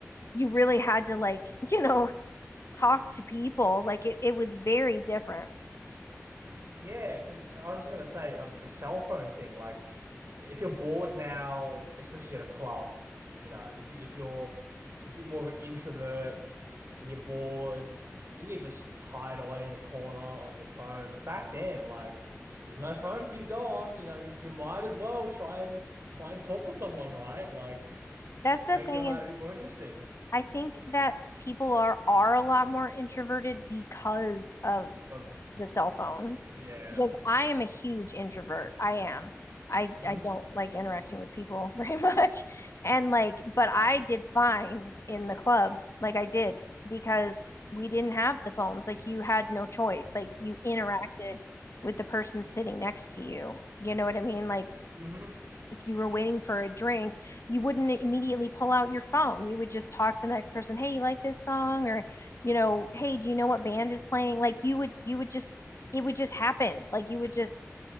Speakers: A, on the left; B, on the right.
A: you really had to like, <laughs> you know, talk to people. Like it, it was very different.
B: Yeah, because I was just gonna say, um, the cell phone thing. Like, if you're bored now, especially at a club, you know, if you if you're if you're a bit more of an introvert and you're bored, you can just hide away in a corner on your phone. But back then, like, there's no phone for you to go on. You know, you might as well try and try and talk to someone, right? Like,
A: That's the
B: make
A: thing
B: your night
A: is
B: a bit more interesting.
A: I think that people are are a lot more introverted because of
B: Of
A: the cell phones
B: yeah,
A: because I am a huge introvert. I am. I
B: mm-hmm,
A: I don't like interacting with people <laughs> very much. And like, but I did fine in the clubs. Like I did because we didn't have the phones. Like you had no choice. Like you interacted with the person sitting next to you. You know what I mean? Like
B: mm-hmm,
A: if you were waiting for a drink, you wouldn't immediately pull out your phone. You would just talk to the next person, "Hey, you like this song?" or, you know, "Hey, do you know what band is playing?" Like you would you would just it would just happen. Like you would just